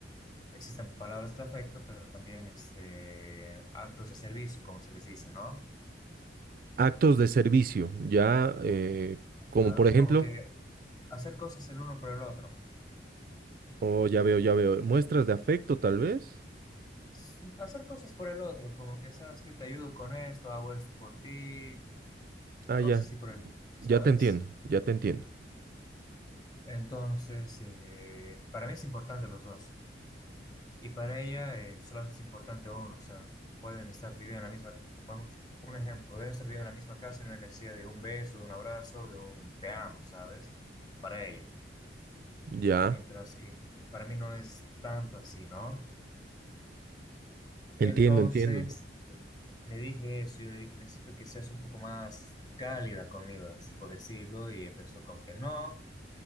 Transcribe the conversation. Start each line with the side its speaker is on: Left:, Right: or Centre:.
Left: Existen palabras de afecto, pero también este, actos de servicio, como se les dice, ¿no?
Right: Actos de servicio, ya, eh,
Left: Ah,
Right: como por ejemplo,
Left: Como que hacer cosas el uno por el otro.
Right: oh, ya veo, ya veo, muestras de afecto tal vez.
Left: Sí, Hacer cosas por el otro, como que, ¿sabes que Te ayudo con esto, hago esto por ti,
Right: Ah,
Left: cosas
Right: ya.
Left: así por el, ¿sabes?
Right: Ya te entiendo, ya te entiendo.
Left: Entonces, eh, para mí es importante los dos. Y para ella eh, solamente es importante uno. O sea, pueden estar viviendo en la misma, vamos, un ejemplo, podrían estar viviendo en la misma casa y no hay necesidad de un beso, de un abrazo, de un te amo, ¿sabes? Para ella.
Right: Ya,
Left: mientras que para mí no es tanto así, ¿no?
Right: entiendo,
Left: Entonces,
Right: entiendo.
Left: le dije eso, yo le dije, necesito que seas un poco más cálida conmigo, así por decirlo, y empezó con que no,